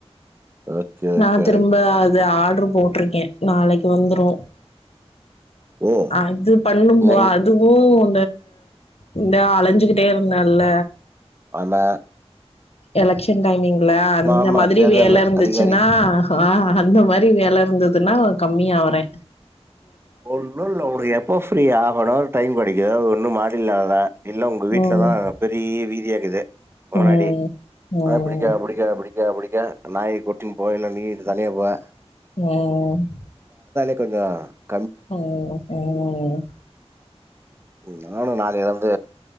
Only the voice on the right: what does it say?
ஓகே ஓகே
ஓ ஓ
எங்
அண்ணே
ஆமா
தேர்தல்
அதிகாரி
ஒன்னு இல்ல ஒனக்கு எப்ப ஃப்ரீ ஹாஃபனார் டைம் கெடைக்குதோ ஒன்னு மாத்தின்லா வா இல்ல உங் உங் வீட்லதா
அவ்ள பெரி டி வி லே இருக்குது எ முன்னாடி
ஆஹ் பிடிக்காது பிடிக்காது பிடிக் ஏ பிடிக்கு நாயி கூட்டீன் போகைல நீ இதுதா லேப்பா
கொஞ்ச
ஏ நானு நாளு பேர்ட்ட